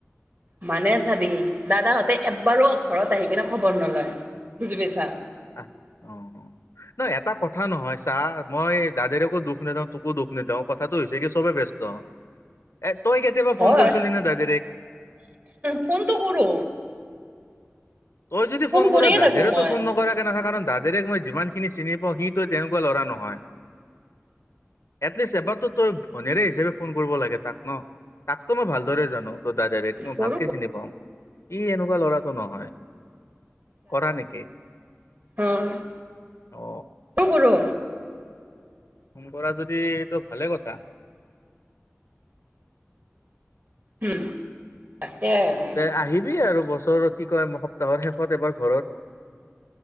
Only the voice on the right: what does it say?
মানে চাবি দাদাহঁতে এব্বাৰো ঘৰত আহি কিনে খবৰ নলয়, বুজি পাইছা?
হয়
ফোনটো কৰো
কৰিয়ে
থাকো মই।
কৰো
অ, <unintelligible>
কৰো।
উম তাকে <unintelligible>